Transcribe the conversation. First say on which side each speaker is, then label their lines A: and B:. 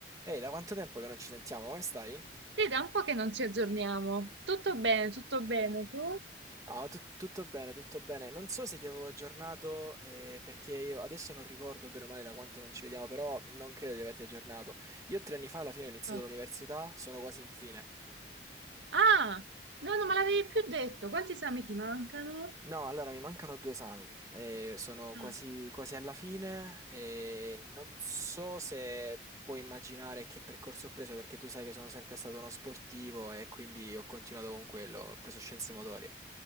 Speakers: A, on the right; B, on the right.
A: Ehi, da quanto tempo che non ci sentiamo? Come stai?
B: Sì, da un po' che non ci aggiorniamo. Tutto bene, tutto bene. Tu?
A: No, tu- tutto bene, tutto bene. Non so se ti avevo aggiornato, eh, perché io adesso non ricordo bene o male da quanto non ci vediamo, però non credo di averti aggiornato. Io tre anni fa alla fine ho iniziato
B: Tutto.
A: l'università, sono quasi in fine.
B: Ah, no, non me l'avevi più detto. Quanti esami ti mancano?
A: No, allora mi mancano due esami, eh, sono quasi,
B: Mm.
A: quasi alla fine e non so se puoi immaginare che percorso ho preso perché tu sai che sono sempre stato uno sportivo e quindi ho continuato con quello, ho preso scienze motorie.